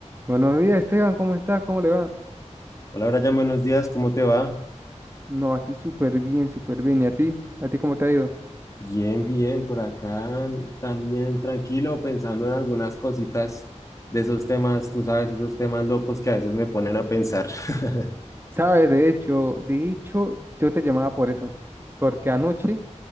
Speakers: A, on the right; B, on the left.
A: Buenos días, Esteban, ¿cómo estás? ¿Cómo le va?
B: Hola, Brian, buenos días, ¿cómo te va?
A: No, aquí súper bien, súper bien. ¿Y a ti? ¿A ti cómo te ha ido?
B: Bien, bien, por acá también tranquilo, pensando en algunas cositas de esos temas, tú sabes, esos temas locos que a veces me ponen a pensar. <laughs>
A: Sabes, de hecho, de hecho, yo te llamaba por eso, porque anoche